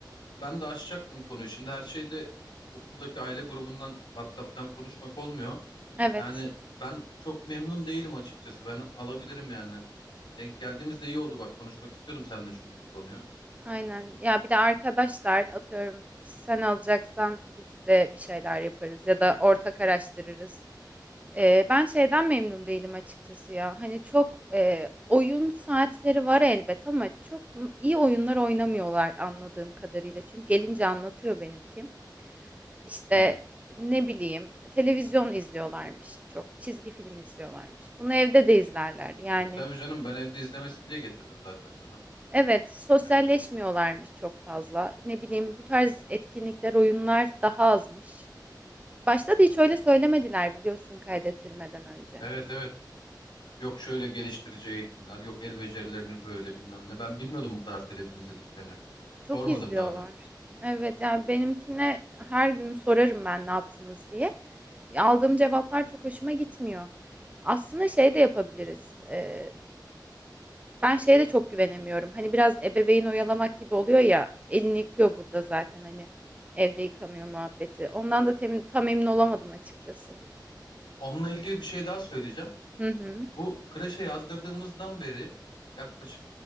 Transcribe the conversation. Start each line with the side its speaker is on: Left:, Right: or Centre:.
Left: ben de açacaktım konuyu. Şimdi her şeyde okuldaki aile grubundan WhatsApp'tan konuşmak olmuyor.
Right: Evet.
Left: Yani ben çok memnun değilim açıkçası. Ben alabilirim yani. Denk geldiğimizde iyi oldu bak konuşmak istiyordum seninle çünkü bu konuyu.
Right: Aynen. Ya bir de arkadaşlar atıyorum sen alacaksan biz de bir şeyler yaparız ya da ortak araştırırız. Ee, ben şeyden memnun değilim açıkçası ya. Hani çok e, oyun saatleri var elbet ama çok iyi oyunlar oynamıyorlar anladığım kadarıyla. Çünkü gelince anlatıyor benimki. İşte
Left: Hı.
Right: ne bileyim televizyon izliyorlarmış çok, çizgi film izliyorlarmış. Bunu evde de izlerler yani.
Left: E tabii canım ben evde izlemesin diye getirdim zaten sana.
Right: Evet, sosyalleşmiyorlarmış
Left: Yani.
Right: çok fazla. Ne bileyim bu tarz etkinlikler, oyunlar daha azmış. Başta da hiç öyle söylemediler biliyorsun kaydettirmeden önce.
Left: Evet evet. Yok şöyle geliştirici eğitimler, yok el becerilerini böyle bilmem ne. Ben bilmiyordum bu kadar televizyon izlediklerini.
Right: Çok
Left: Sormadım
Right: izliyorlar.
Left: daha doğrusu.
Right: Evet yani benimkine her gün sorarım ben ne yaptınız diye. Aldığım cevaplar çok hoşuma gitmiyor. Aslında şey de yapabiliriz. Ee, ben şeye de çok güvenemiyorum. Hani biraz ebeveyn oyalamak gibi oluyor ya. Elini yıkıyor burada zaten hani evde yıkamıyor muhabbeti. Ondan da temin, tam emin olamadım açıkçası.
Left: Onunla ilgili bir şey daha söyleyeceğim.
Right: Hı hı.
Left: Bu kreşe yazdırdığımızdan beri yaklaşık